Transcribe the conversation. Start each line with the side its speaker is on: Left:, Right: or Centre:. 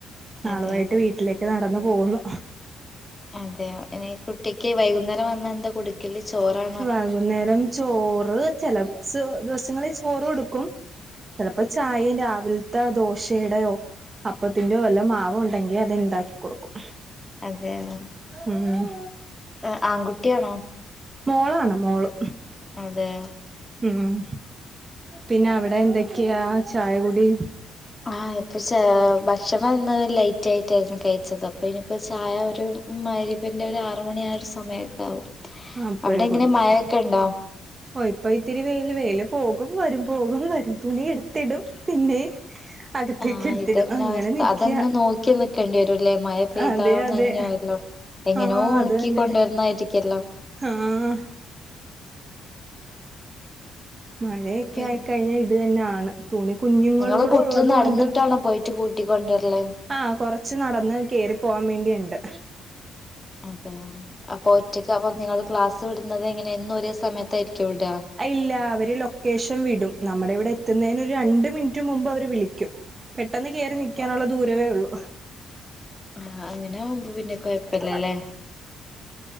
Right: നാളുമായിട്ട്
Left: അതെയോ
Right: വീട്ടിലേക്ക് നടന്നു പോകുന്നു.
Left: അതെയോ ഇനി കുട്ടിക്ക് വൈകുന്നേരം വന്ന എന്താ കൊട് ചോറാ?
Right: വൈകുന്നേരം ചോറ് ചെലെ ദിവസങ്ങളിൽ ചോറ് കൊടുക്കും ചിലപ്പോ ചായയും രാവിൽത്തെ ദോശയുടെയോ അപ്പത്തിൻഡോ വല്ല മാവോ ണ്ടെങ്കിൽ അത് ഇണ്ടാക്കി കൊടുക്കും.
Left: അതെയോ,
Right: ഉം
Left: ഏ ആൺകുട്ടിയാണോ?
Right: മോളാണ് മോള്.
Left: അതെ
Right: ഉം പിന്നെ അവിടെ എന്തൊക്കെയാ ചായകൂടി
Left: ആഹ് ഇപ്പൊ ഭക്ഷണം ഇന്ന് ലൈറ്റ് ആയിട്ടായിരുന്നു കഴിച്ചത് അപ്പൊ ഇനിപ്പോ ചായ ഒരു മയ്രിപിന്റെ ഒരു ആറ് മണിയായൊര് സമയൊക്കെ ആവും
Right: അപ്പഴേ
Left: അവിടെ എങ്ങനെ
Right: കുടിക്കും
Left: മഴൊക്കെ ഉണ്ടോ?
Right: ഓ ഇപ്പൊ ഇത്തിരി വെയില് വെയില് പോകും വരും പോകും വരും തുണി എടുത്തിടും പിന്നെ അകത്തേക്ക്
Left: ആഹ്,
Right: എടുത്തിടും
Left: ഇതന്നെ
Right: അങ്ങനെ
Left: അവസ്ഥ
Right: നിക്ക
Left: അതന്നെ നോക്കി നിക്കേണ്ടി വരൂല്ലേ മയ പെയ്താ
Right: അതെ അതെ
Left: നൻഞ്ഞൊവല്ലോ എങ്ങനെയോ
Right: ആഹ്
Left: ഉണക്കി
Right: അത് തന്നെ
Left: കൊണ്ടുവരുന്നതായിരിക്കല്ലോ
Right: ആഹ് മഴയൊക്കെ
Left: പിന്നെ
Right: ആയിക്കഴിഞ്ഞാൽ ഇത് തന്നെണ് തുണി കുഞ്ഞുങ്ങളും
Left: നിങ്ങള്
Right: കൂടെ
Left: കുട്ടിനെ
Right: ഉള്ളത് കൊണ്ട്
Left: നടന്നിട്ടാണോ പോയിട്ട് കൂട്ടിക്കൊണ്ടുവരല്
Right: ആഹ് കൊറച്ച് നടന്ന് കേറി പോവാൻ വേണ്ടിണ്ട്
Left: അതെ അപ്പോ ഒറ്റക്ക് അപ്പൊ നിങ്ങൾ ക്ലാസ് വിടുന്നത് എങ്ങനെ എന്നും ഒരേ സമയത്തായിരിക്കും വിട
Right: ഇല്ല അവര് ലൊക്കേഷൻ വിടും നമ്മുടെ ഇവിടെ എത്തുന്നന് ഒരു രണ്ട് മിനിറ്റ് മുമ്പ് അവർ വിളിക്കും പെട്ടെന്ന് കേറി നൽക്കാനുള്ള ദൂരമേ ഒള്ളൂ
Left: ആഹ് അങ്ങനെ ആവുമ്പ പിന്നെ കൊഴപ്പല്ലല്ലേ
Right: ഉം